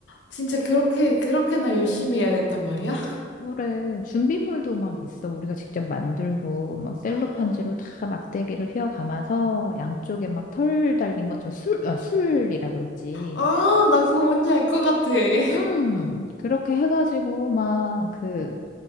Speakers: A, on the left; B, on the left.
A: 진짜 그렇게, 그렇게나 열심히 해야 됐단 말이야?
B: 그래 준비물도 막 있어. 우리가 직접 만들고 막 셀로판지로
A: 아,
B: 다 막대기를 휘어 감아서 양쪽에 막 털 달린 것처럼 술, 아, 술이라 그러지.
A: 아, 나 그거 뭔지 알 것 같아. 응,
B: 음, 그렇게 해가지고, 막, 그,